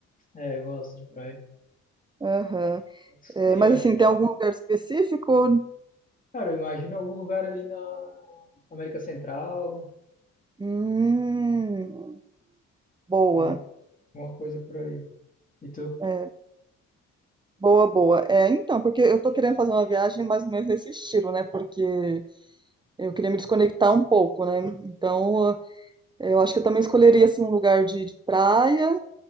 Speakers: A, on the left (about 25°); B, on the right (about 15°).
A: É, eu gosto de praia.
B: Aham.
A: Não sei,
B: É, mas
A: eu acho
B: assim,
A: que...
B: tem
A: é,
B: algum lugar específico?
A: Cara, eu imagino algum lugar ali na América Central,
B: Hum, boa,
A: alguma, alguma coisa por aí. E tu?
B: é, boa, boa. É, então, porque eu tô querendo fazer uma viagem mais ou menos nesse estilo, né? Porque eu queria me desconectar um pouco, né? Então, eh, eu acho que eu também escolheria assim um lugar de, de praia